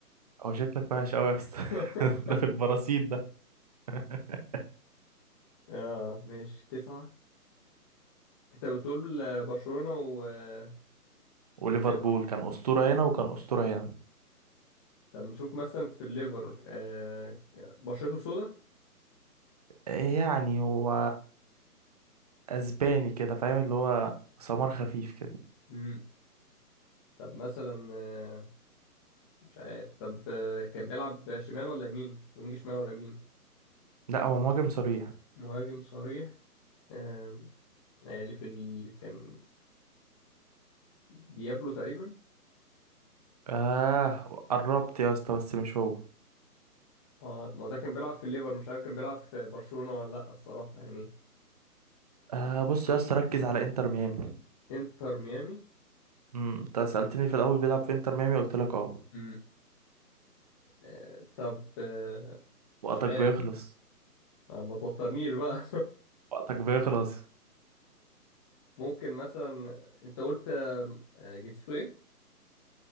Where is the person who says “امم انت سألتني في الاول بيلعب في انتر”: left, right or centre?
Right